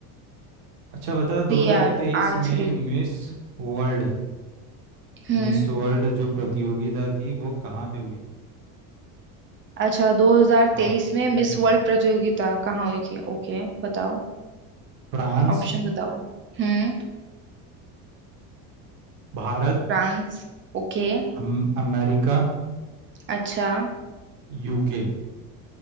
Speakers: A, on the right; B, on the right.
A: अच्छा बता
B: Three
A: 2023
B: R R
A: में
B: three
A: मिस वर्ल्ड
B: हम्म
A: मिस वर्ल्ड जो प्रतियोगिता थी वो कहाँ पे हुई थी
B: अच्छा 2023
A: ऑप्शन
B: में मिस वर्ल्ड प्रतियोगिता कहाँ हुई थी ओके बताओ
A: फ्रांस
B: ऑप्शन बताओ हम्म
A: भारत
B: फ्रांस ओके
A: अम, अमेरिका
B: अच्छा
A: यूके